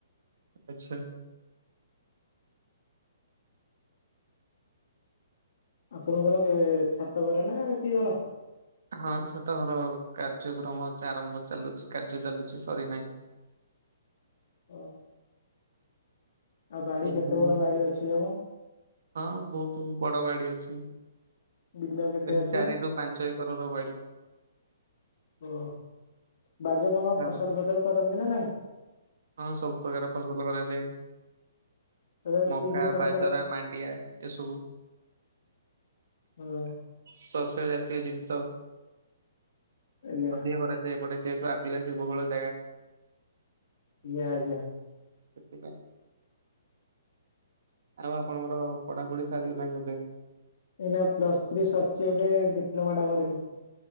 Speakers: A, on the right; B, on the left.
A: ଆଚ୍ଛା।
B: ଆପଣଙ୍କର ଛାତଘର ନା କି ଘର?
A: ହଁ ଛାତ ଘର ଆଉ କାର୍ଯ୍ୟକ୍ରମ ଆରମ୍ଭ ଚାଲୁଛି କାର୍ଯ୍ୟ ଚାଲୁଛି ସରି ନାହିଁ।
B: ଓ ଆଉ ବାଡି
A: ଉଁ
B: କେତେ
A: ହୁଁ
B: ବଡ ବାଡି ଅଛି ହବ?
A: ହଁ ବହୁତ ବଡ ବାଡି ଅଛି।
B: ବିଲ କେତେ
A: ତିନି
B: ଅଛି?
A: ଚାରି ରୁ ପାଞ୍ଚ ଏକର ର ବାଡି।
B: ଓ ବାଡି ରେ କଣ
A: ଆଚ୍ଛା।
B: ଫସଲ ଫସଲ କରନ୍ତି ନା ନାଇଁ?
A: ହଁ ସବୁ ପ୍ରକାର ଫସଲ କରାଯାଏ।
B: ତଥାପି
A: ମକା,
B: କି କି ଫସଲ
A: ବାଜରା,
B: କର
A: ମାଣ୍ଡିଆ। ଏସବୁ
B: ହଁ
A: ଶସ୍ୟ ଜାତୀୟ ଜିନିଷ।
B: ଆଜ୍ଞା
A: ଅଧିକ କରାଯାଏ। ଏପଟେ ଯେହେତୁ ଆଦିବାସୀ ବହୁଳ ଜାଗା।
B: ଆଜ୍ଞା ଆଜ୍ଞା।
A: ସେଥିପାଇଁ, ଆଉ ଆପଣଙ୍କର ପଢାପଢି ସରିଗଲାଣି ବୋଧେ।
B: ଏଇନା ପ୍ଲସ୍ ଥ୍ରୀ ସରିଚି ଏବେ ଡିପ୍ଲୋମା ଟା କରିବି।